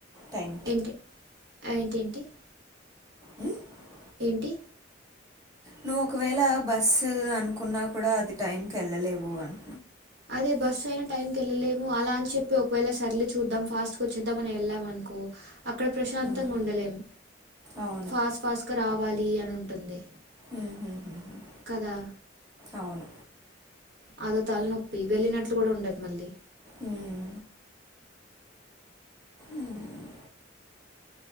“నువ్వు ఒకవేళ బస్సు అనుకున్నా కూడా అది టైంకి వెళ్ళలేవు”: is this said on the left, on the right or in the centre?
Right